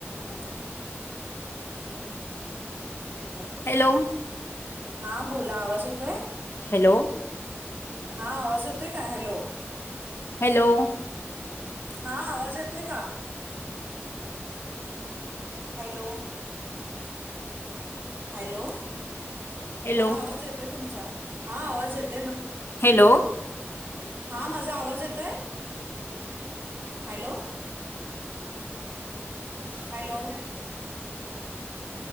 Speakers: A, on the right; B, on the left.
A: Hello हूं बोला की.
B: हॅलो
A: हा बोला आवाज येतोय?
B: हॅलो.
A: हा आवाज येतोय का? हॅलो.
B: हॅलो.
A: हा -आवाज येतोय का? हॅलो. हॅलो.
B: हॅलो
A: मला आवाज येतोय तुमचा. हा आवाज येत
B: हॅलो.
A: हा -माझा आवाज येतोय? Hello. Hello. <inaudible>